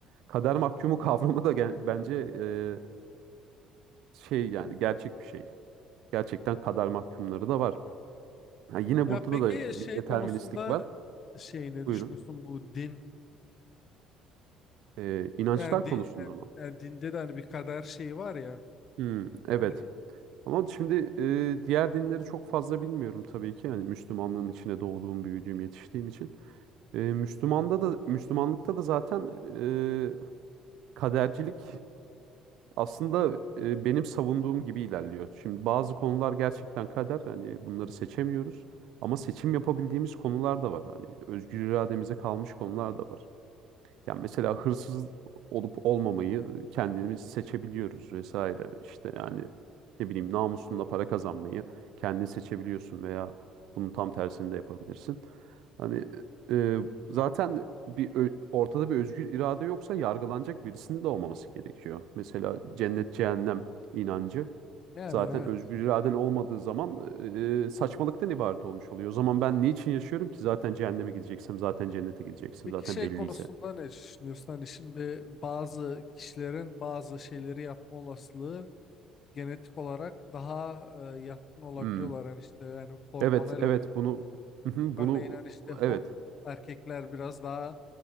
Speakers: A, on the right (about 70°); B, on the left (about 50°).
A: kader mahkumu <laughs> kavramı da gen- bence e, şey yani gerçek bir şey. Gerçekten kader mahkumları da var. Ha, yine
B: Ya
A: burada
B: peki
A: da
B: şey
A: bir deterministlik
B: konusunda
A: var.
B: şey ne düşünüyorsun
A: Buyurun.
B: bu din
A: E, inançlar
B: yani, din,
A: konusunda
B: yani
A: mı?
B: yani dinde de hani bir kader şeyi var ya
A: Hmm, evet.
B: hani
A: Ama şimdi e, diğer dinleri çok fazla bilmiyorum tabii ki. Yani Müslümanlığın içine doğduğum, büyüdüğüm, yetiştiğim için. E, Müslümanda da Müslümanlıkta da zaten e, kadercilik Aslında e, benim savunduğum gibi ilerliyor. Şimdi bazı konular gerçekten kader. Hani bunları seçemiyoruz. Ama seçim yapabildiğimiz konular da var. Hani özgür irademize kalmış konular da var. Yani mesela hırsız olup olmamayı kendimiz seçebiliyoruz vesaire. İşte yani ne bileyim namusunla para kazanmayı kendin seçebiliyorsun veya bunun tam tersini de yapabilirsin. Hani e, zaten bir ö- ortada bir özgür irade yoksa yargılanacak birisinin de olmaması gerekiyor. Mesela cennet cehennem inancı
B: yani
A: zaten
B: evet.
A: özgür iraden olmadığı zaman e, saçmalıktan ibaret olmuş oluyor. O zaman ben niçin yaşıyorum ki zaten cehenneme gideceksem zaten cennete gideceksin
B: Peki
A: zaten
B: şey
A: belliyse.
B: konusunda ne düşünüyorsun? Hani şimdi bazı kişilerin bazı şeyleri yapma olasılığı genetik olarak daha e, yatkın olabiliyorlar.
A: Hmm.
B: Hani işte yani hormonal
A: Evet, evet
B: olarak.
A: bunu Hı hı, bunu
B: Örneğin hani işte ho-
A: evet.
B: erkekler biraz daha